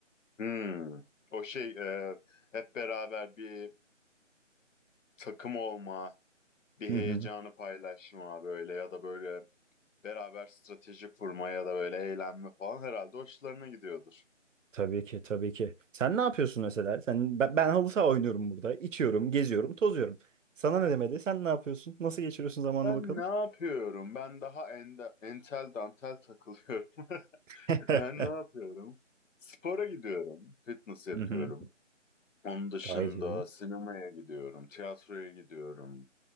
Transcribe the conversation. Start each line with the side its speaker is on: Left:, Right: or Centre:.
Left: Hmm. O şey e, hep beraber bir takım olma, bir
Right: Hı
Left: heyecanı
Right: hı.
Left: paylaşma böyle ya da böyle beraber strateji kurma ya da böyle eğlenme falan herhalde hoşlarına gidiyordur.
Right: Tabii ki, tabii ki. Sen ne yapıyorsun mesela? Sen ben, ben halı saha oynuyorum burada. İçiyorum, geziyorum, tozuyorum. Sana ne demedi? Sen ne yapıyorsun? Nasıl geçiriyorsun zamanını
Left: Ben
Right: bakalım?
Left: ne yapıyorum? Ben daha ende- entel dantel takılıyorum. <laughs>
Right: <laughs>
Left: Ben ne yapıyorum? Spora gidiyorum. Fitness yapıyorum.
Right: Hı hı.
Left: Onun dışında
Right: Gayet iyi.
Left: sinemaya gidiyorum. Tiyatroya gidiyorum.